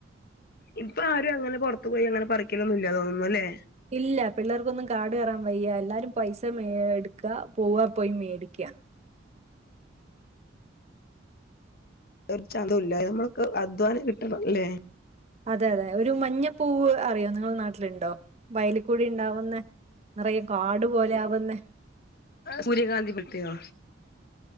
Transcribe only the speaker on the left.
ഇപ്പ ആരും അങ്ങനെ പൊറ്ത്തു പോയി അങ്ങനെ പറിക്കലൊന്നും ഇല്ലാ തോന്നുന്നു ലെ
ഒരു ചന്തവും ഇല്ലാ നമ്മളൊക്കെ അധ്വാനം കിട്ടെണം ലെ
സൂര്യഗാന്ധി പോൽത്തെയോ